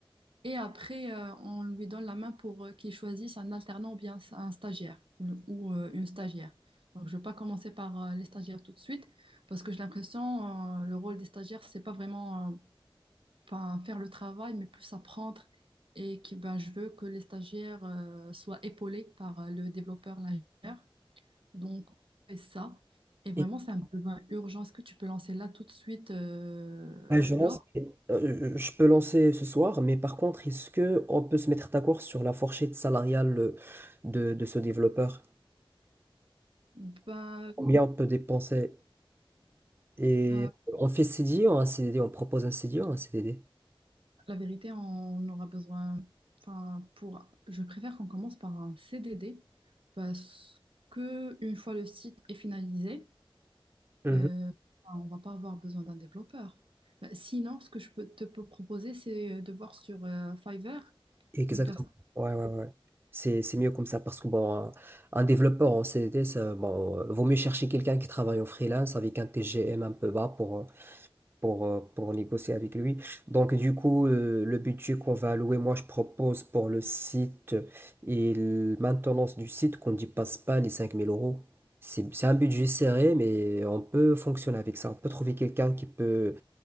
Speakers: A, on the right; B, on the right.
A: et après, euh, on lui donne la main pour euh, qu'il choisisse un alternant ou bien un stagiaire ou, le- ou, euh, une stagiaire. Donc, je ne vais pas commencer par euh, les stagiaires tout de suite parce que j'ai l'impression, euh, le rôle des stagiaires, c'est pas vraiment euh, enfin, faire le travail, mais plus apprendre. Et que, ben, je veux que les stagiaires euh, soient épaulés par euh, le développeur, l'ingénieur. Donc, on fait ça. Et vraiment,
B: Et,
A: c'est un besoin urgent. Est-ce que tu peux lancer là tout de suite euh,
B: euh, je lance-
A: l'offre?
B: euh, je peux lancer ce soir, mais par contre, est-ce que on peut se mettre d'accord sur la fourchette salariale euh, de, de ce développeur?
A: Ben,
B: Combien on peut dépenser? Et
A: euh,
B: on fait CDI ou un CDD? On propose un CDI ou un CDD?
A: la vérité, on aura besoin. Enfin, pour, je préfère qu'on commence par un CDD parce que une fois le site est finalisé,
B: Mhm.
A: euh, enfin, on va pas avoir besoin d'un développeur. Ben, Sinon, ce que je peux te peux proposer, c'est euh, de voir sur euh, Fiverr
B: Exactement.
A: une personne
B: Ouais, ouais, ouais. C'est, c'est mieux comme ça parce que bon, un, un développeur en CDD, ça, bon, euh, vaut mieux chercher quelqu'un qui travaille en freelance avec un TGM un peu bas pour, euh, pour, euh, pour négocier avec lui. Donc, du coup, euh, le budget qu'on va allouer, moi, je propose pour le site et la maintenance du site qu'on ne dépasse pas les 5000 euros. C'est, c'est un budget serré, mais on peut fonctionner avec ça. On peut trouver quelqu'un qui peut